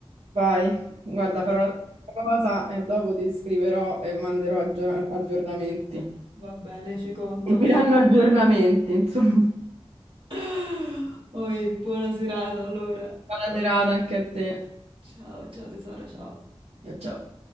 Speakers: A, on the right; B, on the right.
A: vai. Guarda, farò la stessa cosa e dopo ti scriverò e manderò aggior- aggiornamenti.
B: Va bene, ci conto.
A: Mi daranno aggiornamenti, insomma.
B: <laughs> Oi, buona serata allora.
A: Buona serata anche a te.
B: Ciao, ciao tesoro, ciao.
A: Ciao ciao.